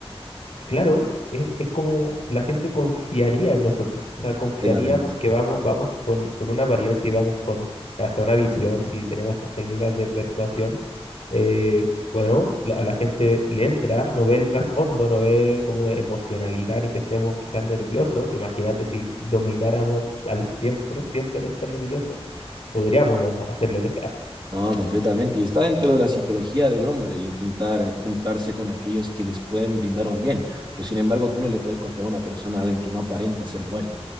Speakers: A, on the left; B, on the right.
A: Claro, es, es como la gente confiaría en nosotros, o sea, confiaría
B: Completamente.
A: porque vamos, vamos con, con una apariencia y vamos con hasta una visión, si tenemos estas técnicas de persuasión. eh, bueno, la- a la gente le entra, no ve el trasfondo, no ve como emocionalidad ni que estemos quizás nerviosos. Imagínate si domináramos al 100% el estar nervioso podríamos hacer lo que sea.
B: No, completamente. Y está dentro de la psicología del hombre el intentar juntarse con aquellos que les pueden brindar un bien. Pero sin embargo, tú no le puedes confiar a una persona a alguien que no aparenta ser bueno.